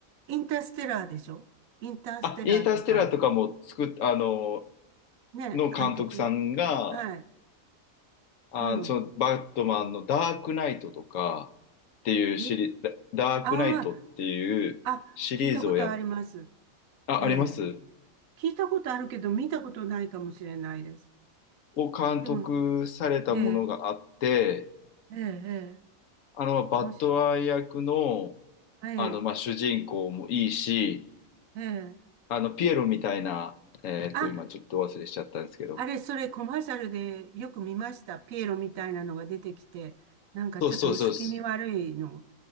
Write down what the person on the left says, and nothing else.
あ、インターステラーとかも作っ、あの、
の監督さんが、
あ、
そのバットマンのダークナイトとかっていうシリ、
ダダークナイトっていうシリーズをやっ、
あ、
あります
を監督されたものがあって、
あの、バットマン役の、
あの、まあ、主人公もいいし、
あの、ピエロみたいな、えっと、
今ちょっと忘れしちゃったんですけど、
そうそうそうです。